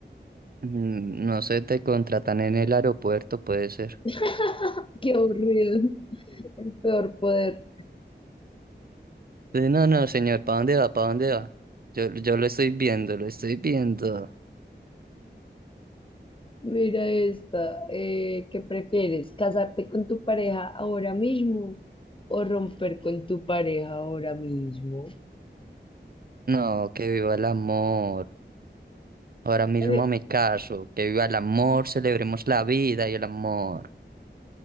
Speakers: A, on the right; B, on the left.
A: Mm, No sé, te contratan en el aeropuerto, puede ser.
B: <laughs> Qué aburrido, el peor poder.
A: Eh, No, no, señor, ¿para dónde va? ¿Para dónde va? Yo, yo lo estoy viendo, lo estoy viendo.
B: Mira esta, eh, ¿qué prefieres? ¿Casarte con tu pareja ahora mismo o romper con tu pareja ahora mismo?
A: No, que viva el amor. Ahora mismo
B: Oye,
A: me caso, que viva el amor, celebremos la vida y el amor.